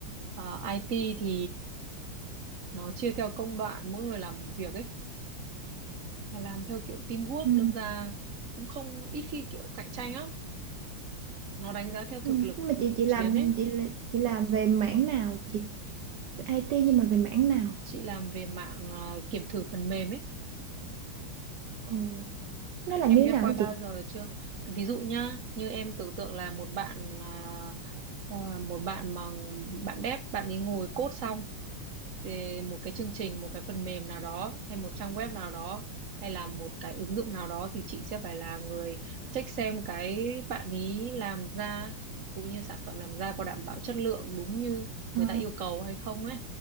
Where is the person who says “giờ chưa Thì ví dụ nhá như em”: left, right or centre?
Right